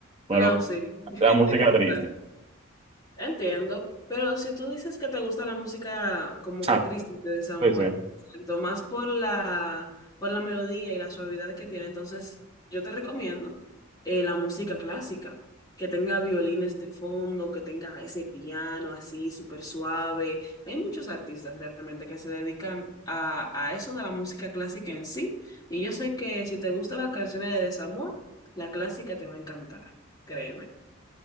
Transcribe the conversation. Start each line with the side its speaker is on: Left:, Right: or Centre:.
Right: pero
Left: No, sí. <laughs>
Right: la música triste.
Left: Entiendo, pero si tú dices que te gusta la música como que
Right: Ah,
Left: triste de desamor,
Right: sí, sí.
Left: tanto más por la, por la melodía y la suavidad que tiene, entonces yo te recomiendo eh, la música clásica, que tenga violines de fondo, que tenga ese piano así súper suave. Hay muchos artistas realmente que se dedican a, a eso de la música clásica en sí, y yo sé que si te gustan las canciones de desamor, la clásica te va a encantar, créeme,